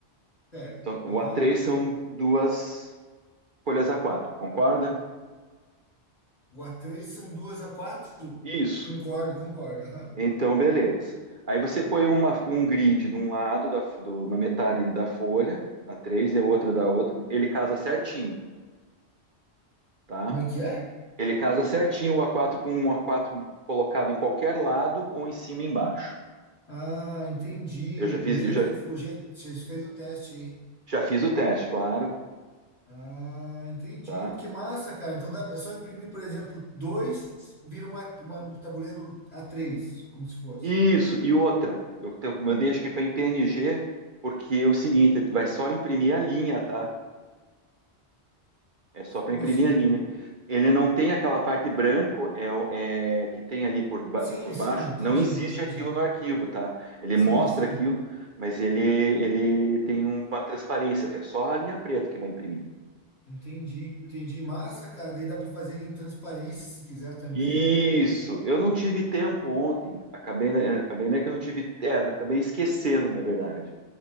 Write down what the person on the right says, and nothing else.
Então,
o A3 são duas folhas A4, concorda?
Isso.
Então, beleza. Aí você põe uma- um grid de um lado, da, f- do- na metade da folha, A3 e a outra da outra. Ele casa certinho, tá?
Ele casa certinho o A4 com um A4 colocado em qualquer lado ou em cima e embaixo.
Eu já fiz,
eu já
Já fiz o teste, claro,
tá?
Isso, e outra, eu te- eu mandei acho que foi em PNG, porque é o seguinte, tu vai só imprimir a linha, tá? É só para
imprimir
a linha. Ele não tem aquela parte branco é, o- é, que tem ali por, ba-
por
baixo,
não existe
aquilo no arquivo, tá? Ele
mostra
aquilo, mas ele, ele tem um- uma transparência, é só a linha preta que vai imprimir.
Isso,
eu não tive tempo ontem, acabei, né, acabei, né, que eu não tive, é, acabei esquecendo, na verdade.